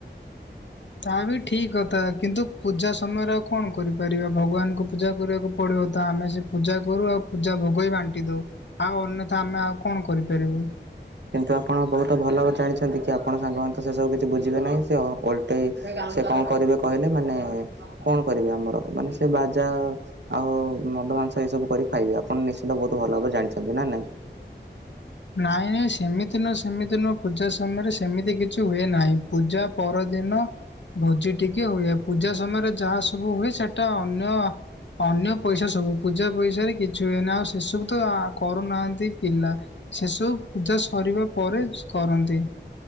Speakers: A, on the left (about 75°); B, on the right (about 70°).
A: ତା ବି ଠିକ କଥା କିନ୍ତୁ ପୂଜା ସମୟରେ ଆଉ କଣ କରିପାରିବା ଭଗବାନଙ୍କୁ ପୂଜା କରିବାକୁ ପଡ଼ିବ ତ ଆମେ ସେ ପୂଜା କରୁ ଆଉ। ପୂଜା ଭୋଗ ବାଣ୍ଟି ଦଉ ଆଉ ଅନ୍ୟଥା ଆମେ ଆଉ କଣ କରିପାରିବୁ।
B: କିନ୍ତୁ ଆପଣ ବହୁତ ଭଲ ଭାବରେ ଜାଣିଛନ୍ତି କି ଆପଣ ସାଙ୍ଗମାନେ ତ ସେସବୁ କିଛି ବୁଝିବେ ନାହିଁ ସେ ଗୋଟେ ସେ କଣ କରିବେ କହିଲେ ମାନେ କଣ କରିବେ ଆମର ମାନେ ସେ ବାଜା ଆଉ ମଦ ମାଂସ ଏଇ ସବୁ କରି ଖାଇବବେ ଆପଣ ନିଶ୍ଚିନ୍ତ ବହୁତ ଭଲ ଭାବରେ ଜାଣିଛନ୍ତି ନା ନାଇଁ।
A: ନାଇଁ ନାଇଁ ସେମିତି ନୁହଁ ସେମିତି ନୁହଁ ପୂଜା ସମୟରେ ସେମିତି କିଛି ହୁଏ ନାହିଁ। ପୂଜା ପରଦିନ ଭୋଜି ଟିକେ ହୁଏ ପୂଜା ସମୟରେ ଯାହା ସବୁ ହୁଏ ସେଟା ଅନ୍ୟ ଅନ୍ୟ ପଇସା ସବୁ ପୂଜା ପଇସାରେ କିଛି ହୁଏନି ଆଉ ସେସବୁ ତ କରୁନାହାନ୍ତି ପିଲା। ସେସବୁ ପୂଜା ସରିବା ପରେ କରନ୍ତି।